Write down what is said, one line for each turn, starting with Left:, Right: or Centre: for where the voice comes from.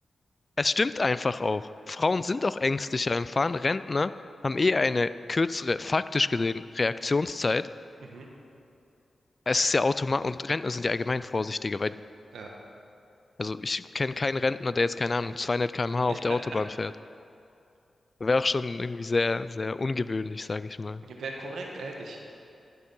Left: Es stimmt einfach auch. Frauen sind auch ängstlicher im Fahren. Rentner haben eh eine kürzere, faktisch gesehen, Reaktionszeit.
Right: Mhm,
Left: Es ist ja automatisch, und Rentner sind ja allgemein vorsichtiger, weil,
Right: ja.
Left: also ich kenne keinen Rentner, der jetzt, keine Ahnung, 200 km/h
Right: <laughs>
Left: auf der Autobahn fährt. Wäre auch schon irgendwie sehr, sehr ungewöhnlich, sage ich mal.
Right: Wäre korrekt, ehrlich.